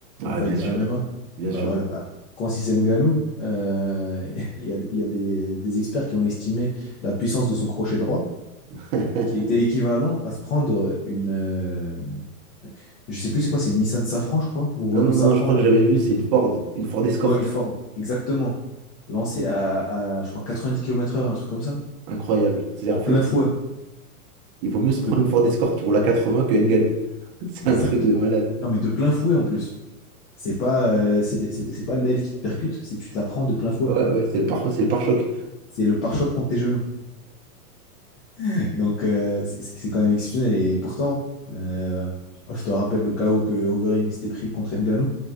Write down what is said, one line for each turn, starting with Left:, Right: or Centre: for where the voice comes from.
Right: Ah,
Left: un fighter
Right: bien sûr.
Left: MMA.
Right: Bien sûr.
Left: Bah voilà, bah Francis Ngannou, euh, <laughs> il y a, il y a des, des experts qui ont estimé la puissance de son crochet droit,
Right: <laughs>
Left: qui était équivalent à se prendre une, euh, je sais plus c'est quoi, c'est une Nissan Safran, je crois, ou Renault
Right: Non, non,
Left: Safran,
Right: non, je crois
Left: euh,
Right: que j'avais vu, c'est une Ford. Une Ford Escort.
Left: ouais, une Ford, exactement, lancée à, à, je crois, 90 km/h, un truc comme ça,
Right: Incroyable. C'est-à-dire,
Left: en
Right: en
Left: plein
Right: fait,
Left: fouet.
Right: il vaut mieux se
Left: De,
Right: prendre une Ford Escort qui roule à 80 que Ngannou. <laughs> C'est
Left: exactement.
Right: un truc de malade.
Left: Non, mais de plein fouet en plus. C'est pas, euh, c'est c'est- c'est pas l'aile qui te percute, c'est tu te la prends de plein fouet.
Right: Ouais, ouais, c'est le pare, c'est le pare-choc.
Left: C'est le pare-choc contre tes genoux. <laughs> Donc, euh, c'est c'est- c'est quand même exceptionnel. Et pourtant, euh, je te rappelle le chaos que Overeem s'était pris contre Ngannou.